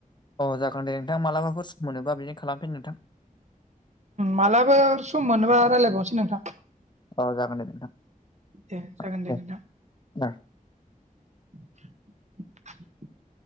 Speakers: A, on the left; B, on the right.
A: अ जागोन दे नोंथां मालाबाफोर सम मोनोबा बिदिनो खालामफिन नोंथां।
B: मालाबा सम मोनोबा रायजलायबावनोसै नोंथां।
A: औ जागोन दे नोंथां
B: दे जागोन
A: औ दे
B: नोंथां।
A: द
B: <inaudible>